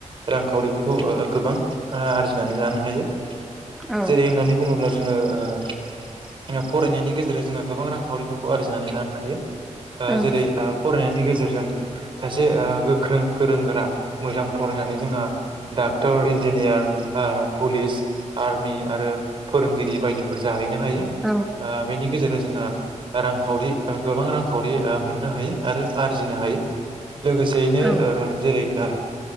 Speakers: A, on the right; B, in the centre.
A: रांखावरिफोरखौ ओ गोबां आरजिनानै लानो हायो।
B: औ
A: जेरै होननानै बुङोब्ला जोङो ओ फरायनायनि गेजेरजों जोंहा गोबां रांखावरि खौ आरजिनानै लानो हायो। आ
B: औ
A: जेरै आ फरायनायनि गेजेरजों गेजेरजों सासे ओ गोख्रों गोरों गोरा मोजां फरायनानै जोंहा डाक्टर इन्जिनियार ओ पुलिस आर्मि आरो फोरोंगिरि बायदिफोर जाहैनो हायो आ
B: औ
A: बेनि गेजेरजों जोंहा रांखावरि ओ गोबां रांखावरि मोननो हायो आरो आरजिनो हायो। लोगोसेयैनो
B: औ
A: ओ जेरै ओ